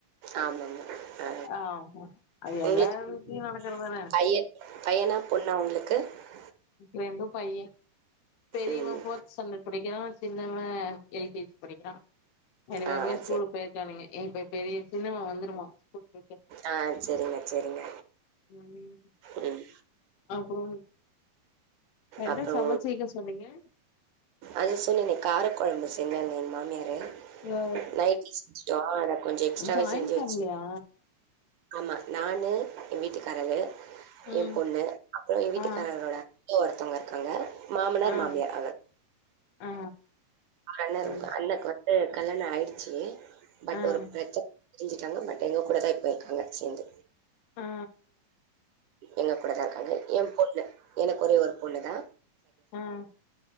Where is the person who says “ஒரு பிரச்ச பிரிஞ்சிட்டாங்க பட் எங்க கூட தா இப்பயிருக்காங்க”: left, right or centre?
Right